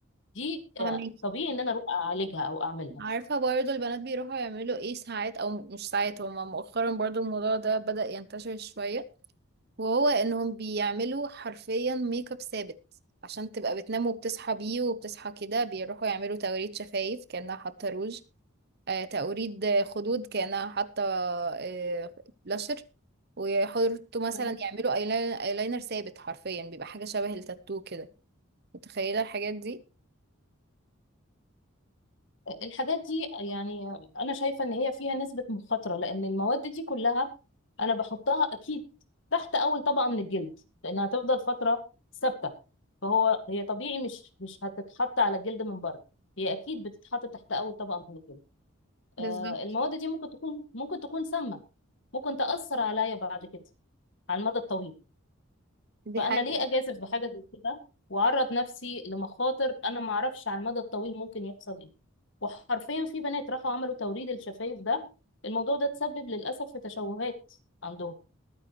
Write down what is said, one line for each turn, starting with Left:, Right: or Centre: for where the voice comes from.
Left: دي آه،
Right: فهماكي
Left: طبيعي ان انا اروح اعالجها او اعملها
Right: عارفة برضه البنات بيروحوا يعملوا ايه ساعات او مش ساعات هما مؤخرا برضه الموضوع ده بدأ ينتشر شوية وهو انهم بيعملوا حرفيا ميك اب ثابت عشان تبقى بتنام وبتصحى بيه وبتصحى كده بيروحوا يعملوا توريد شفايف كأنها حاطة روج آه توريد آه، خدود كأنها حاطة آه بلاشر ويحطوا مثلا
Left: تمام.
Right: يعملوا ايلاينر ايلاينر ثابت حرفيا بيبقى حاجة شبه التاتو كده متخيلة الحاجات دي
Left: الحاجات دي يعني انا شايفه ان هي فيها نسبه مخاطره لان المواد دي كلها انا بحطها اكيد تحت اول طبقه من الجلد لانها هتفضل فتره ثابته فهو هي طبيعي مش مش هتتحط على الجلد من بره هي اكيد بتتحط تحت اول طبقه من الجلد
Right: بالظبط
Left: آه، المواد دي ممكن تكون ممكن تكون سامة ممكن تأثر عليا بعد كده على المدى الطويل
Right: دي
Left: فأنا
Right: حقيقة
Left: ليه أجازف بحاجة زي كده وأعرض نفسي لمخاطر أنا معرفش على المدى الطويل ممكن يحصل إيه وحرفيا في بنات راحوا عملوا توريد الشفايف ده الموضوع ده تسبب للأسف في تشوهات عندهم